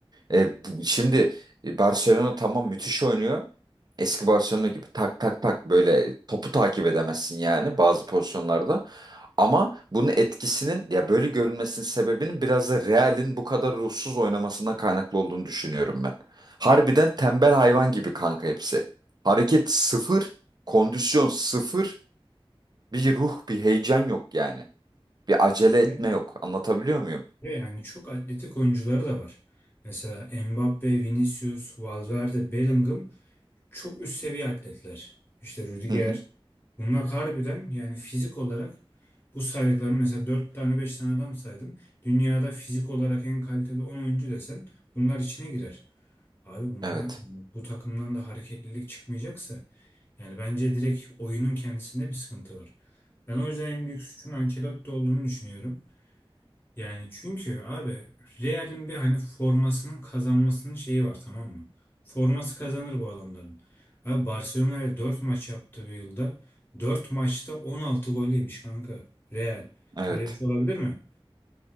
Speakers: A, on the right; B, on the left.
A: E, bu- şimdi e, Barcelona tamam müthiş oynuyor. Eski Barcelona gibi tak tak tak böyle topu takip edemezsin yani bazı pozisyonlarda. Ama bunun etkisinin ya böyle görünmesinin sebebinin biraz da Real'in bu kadar ruhsuz oynamasından kaynaklı olduğunu düşünüyorum ben. Harbiden tembel hayvan gibi kanka hepsi. Hareket sıfır, kondisyon sıfır, bir ruh, bir heyecan yok yani. Bir acele etme
B: Değil mi?
A: yok. Anlatabiliyor muyum?
B: Ve yani çok atletik oyuncuları da var. Mesela Mbappe, Vinicius, Valverde, Bellingham çok üst seviye atletler. İşte Rüdiger.
A: Hı hı.
B: Bunlar harbiden yani fizik olarak bu saydıklarım mesela 4 tane 5 tane adam saydım. Dünyada fizik olarak en kaliteli 10 oyuncu desen bunlar içine girer. Abi bunlar
A: Evet.
B: bu takımdan da hareketlilik çıkmayacaksa Yani bence direkt oyunun kendisinde bir sıkıntı var. Ben o yüzden en büyük suçun Ancelotti olduğunu düşünüyorum. Yani çünkü abi Real'in bir hani formasının kazanmasının şeyi var tamam mı? Forması kazanır bu adamların. Abi Barcelona'ya 4 maç yaptı bir yılda. dört maçta 16 gol yemiş kanka Real.
A: Evet.
B: Böyle bir şey olabilir mi?